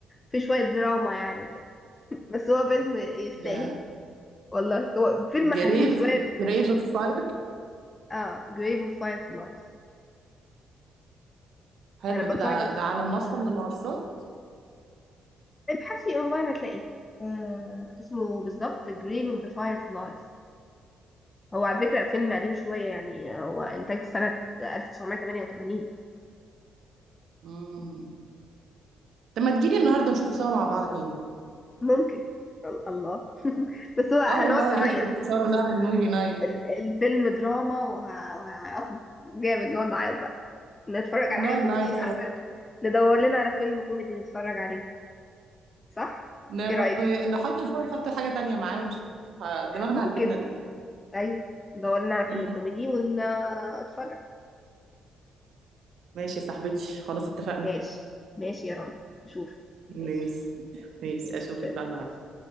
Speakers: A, on the left; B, on the right.
A: في شوية دراما يعني وكده بس هو فيلم يستاهل
B: يا
A: والله هو فيلم
B: جريف
A: حزين شوية
B: جريف اوف فاير
A: اه Grave of Fireflies
B: حلو
A: أنا بنصحك
B: ده ده,
A: تتفرج
B: ده على منصة من المنصات
A: ابحثي أونلاين هتلاقيه آه اسمه بالظبط Grave of the Fireflies هو على فكرة فيلم قديم شوية يعني هو إنتاج سنة 1988
B: امم طب ما تجيلي النهارده نشوفه سوا مع بعض تاني
A: ممكن ال- الله <laughs> بس هو هنقعد
B: اه والله
A: نعيط
B: جهز الفشار ونعمل موفي نايت
A: ال- الفيلم دراما وه- وهيعيطنا جامد نقعد نعيط بقى نتفرج على
B: نقعد
A: حاجة كوميدية
B: نايت
A: أحسن
B: سوا
A: ندور لنا على فيلم كوميدي نتفرج عليه صح؟
B: ن-
A: إيه رأيك؟
B: نحط بقى ونحط حاجة تانية معاه ونشوف ه- دماغنا
A: ممكن
B: هتجيبنا لإيه
A: أيوة ندور لنا على
B: مم.
A: فيلم كوميدي ونتفرج
B: ماشي يا صاحبتي خلاص اتفقنا
A: ماشي ماشي يا رنا نشوف
B: ماشي
A: ماشي
B: ماشي
A: ماشي
B: اشوفك
A: سلام.
B: بقى النهارده